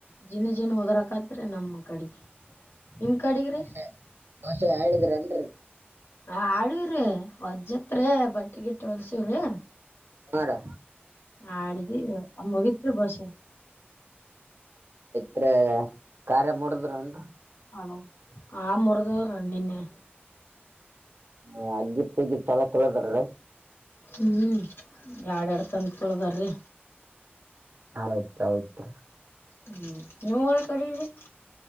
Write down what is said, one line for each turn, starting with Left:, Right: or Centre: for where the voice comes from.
Left: ಜೀನು ಜೀನು ಉದರಕತ್ರಿ ನಮ್ಮ್ ಕಡೆಗೆ ನಿಮ್ ಕಡೆಗ್ರಿ
Right: ಬಸೆ ಬಸೆ ಹೇಳಿದ್ರ ಅನ್ರಿೀ
Left: ಆ ಆಳ್ರಿ ವಜ್ಜತ್ರಿ ಬಟ್ಟೆಗಿಟ್ಟ ಹೊಲ್ಸವ್ರಿ
Right: ಹಾರಿ
Left: ಹ ಅಡಿದ ಮುಗತ್ೀ ಬಸೆ
Right: ಅ್ರೆ ಕಾರ್ಯ ಮೂಡಿದ್ರು ನನ್ರು
Left: ಹಲ ಆ ಮುರದುವ್ರಿ ನಿನ್ನೆ
Right: ಹ ಅಗ್ಗಿ ತಗಿ ಚೊಲೋ ಕಳದಾರ
Left: ಹ್ಮ್ ಎರಡೆರಡು ತಂದ್ ತೊಳ್ದಾರಿ
Right: ಹೌದ ಹೌತ್ರ
Left: ಹ್ಮ್ ನೀಮ್ಮೋವ್ರ ಕಡೆ್ರಿ